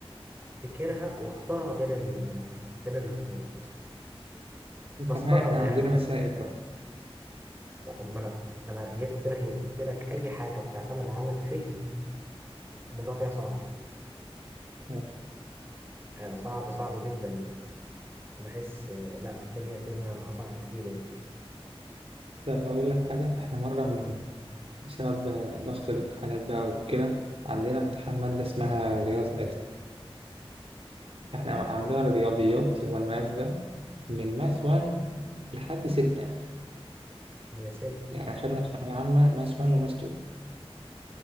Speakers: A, on the right (about 20°); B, on the right (about 70°).
A: افتكرها واختارها بين ال بين الاختيارات
B: وكمان
A: بصمجه
B: احنا
A: من الاخر
B: عندنا مسائل بقى
A: لا ما انا انا جيت قلت لك ايه قلت لك اي حاجه بتعتمد على الفهم الموضوع فيها صعب
B: آه.
A: آه صعب صعب جدا يعني بحس آه لا الدنيا الدنيا اصعب بكتير يعني
B: طب هقول لك حاجه احنا مره من بسبب آه، ضغط الامتحانات بقى وكده عندنا امتحان ماده اسمها رياضه ثلاثه احنا عندنا الرياضيات اللي هو الماس ده من ماس 1 لحد 6
A: يا ساتر
B: يعني خدنا في ثانوية عامة ماس 1 وماس 2